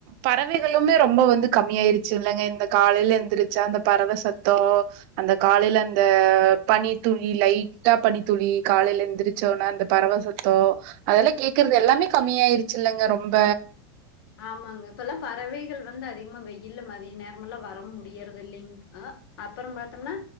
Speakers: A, on the right; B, on the left.
A: பறவைகளுமே ரொம்ப வந்து கம்மியாயிருச்சு இல்லங்க இந்த காலைல எந்திருச்சா அந்த பறவ சத்தோ அந்த காலைல அந்த பனி துளி லைட்டா பனி துளி காலைல எந்திரிச்சோன அந்த பறவ சத்தோ அதெல்லா கேட்கறது எல்லாமே கம்மியாயிருச்சு இல்லங்க ரொம்ப
B: ஆமாங்க இப்ப எல்லா பறவைகள் வந்து அதிகமா வெயில்ல மதிய நேரமெல்லா வர முடியறதில்லைங் அ அப்பறோ பாத்தம்னா